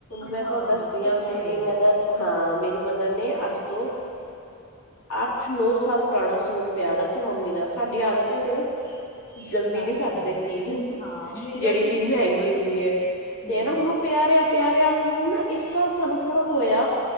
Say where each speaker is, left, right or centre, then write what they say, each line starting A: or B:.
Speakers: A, on the left (about 70°); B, on the left (about 25°).
A: ਮੈਂ
B: ਹਾਂ
A: ਤੁਹਾਨੂੰ
B: ਕਿੱਥੋਂ
A: ਆਂ ਮੇਰੀ
B: ਲਿਆ
A: ਮਦਰ ਹਾਂ, ਮੇਰੀ ਮਦਰ ਨੇ ਅੱਜ ਤੋਂ ਅੱਠ- ਨੌ ਸਾਲ ਪੁਰਾਣਾ ਸੂਟ ਪਿਆ ਰਿਆ ਸੀ ਮੰਮੀ ਦਾ, ਸਾਡੀ ਆਦਤ ਐ ਅਸੀਂ ਨਾ ਜਲਦੀ
B: ਰੱਖ
A: ਨਹੀਂ ਸੱਟਦੇ
B: ਲੈਂਦੇ
A: ਚੀਜ਼ ਨੂੰ,
B: ਹਾਂ ਮੇਰਾ
A: ਜਿਹੜੀ
B: ਵੀ
A: ਚੀਜ਼
B: ਇੰਝ ਹੀ
A: ਮਹਿੰਗੀ
B: ਹੈ ਨਾ
A: ਹੁੰਦੀ ਹੈ।
B: ਹਮ
A: ਤੇ ਹੁਣ ਨਾ ਉਹ ਪਿਆ ਰਿਆ, ਪਿਆ ਰਿਆ ਹੁਣ ਨਾ ਇਸ ਨਾਲ ਸਾਨੂੰ ਥੋੜਾ ਹੋਇਆ